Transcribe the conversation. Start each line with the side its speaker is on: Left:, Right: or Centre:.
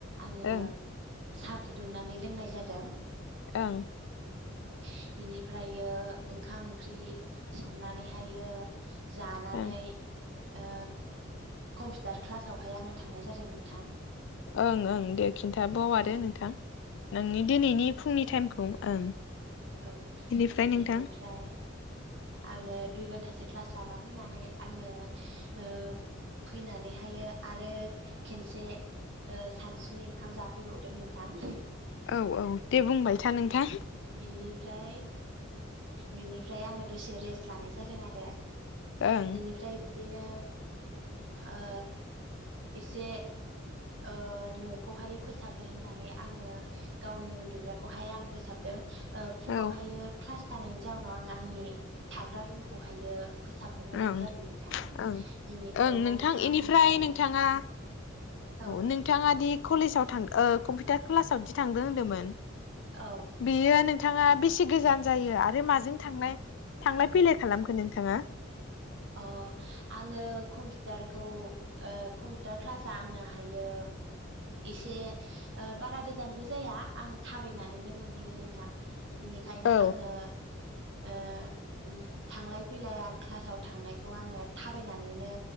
Right: आङो
Left: ओं
Right: साहा फुदुंनानै लोंनाय जादों।
Left: ओं।
Right: औ बिनिफ्रायो ओंखाम ओंख्रि संनानैहायो जानानै
Left: ओं
Right: ओ कम्पिउटार क्लासावहाय आंङो थांनाय जादों नोंथां।
Left: ओं ओं दे खिन्थाबाव आरो
Right: ओं
Left: नोंथां नोंनि दिनैनि फुंनि टाइमखौ। ओं।
Right: औ
Left: बेनिफ्राय नोंथां
Right: बिनिफ्राय आंङो दुइ घन्टासो क्लास लाना फैनानै आंङो ओ फैनानैहायो आरो खनसे ओ सानसुनि ओंखाम जाफैबावदों नोंथां।
Left: औ औ। दे बुंबाय था नोंथां।
Right: बिनिफ्राय बिनिफ्राय आंङो दसे रेस्ट लानाय जादों आरो।
Left: ओं
Right: बिनिफ्राय बिदिनो ओ इसे ओ न' खौहायो फोसाबनो होननानै आंङो गावनि उनदुग्रा खौहाय आं फोसाबदों। ओ फुङावहायो
Left: औ
Right: क्लास थानायनि जाउनाव आं आंनि थाग्रा रुमखौहायो फोसाबनो मोनाखै
Left: ओं
Right: आरो नोंथां
Left: ओं
Right: बेनिखायनो
Left: ओं नोंथां
Right: आं क्लासनिफ्राय
Left: इनिफ्राय नोंथाङा
Right: औ।
Left: नोंथाङा दि कलेजाव थां ओ कम्पिउटार क्लासाव बिदि थांदों होन्दोंमोन?
Right: औ
Left: बियो नों थाङा बेसे गोजान जायो। आरो माजों थांनाय थांलाय फैलाय खालामखो नोंथाङा?
Right: अ' आङो कम्पिउटारखौ ओ कम्पिउटार क्लासा आंनाहायो एसे ओ बारा गोजानबो जाया आं थाबायनानैनो मोनहैयो नोंथां। बिनिखायनो
Left: औ
Right: आङो ओ उम थांलाय फैलाय आं क्लासाव थांनायखौ आङो थाबायनानैनो